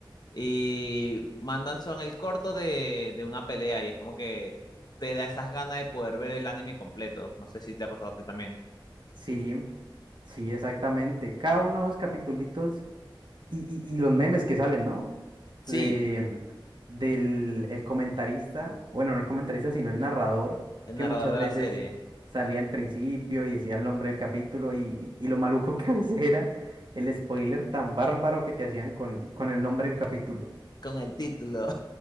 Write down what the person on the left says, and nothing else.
y mandan son el corto de, de una pelea y es como que te da esas ganas de poder ver el anime completo. No sé si te ha pasado a ti también.
Sí,
el
narrador
de
la serie,
con el título.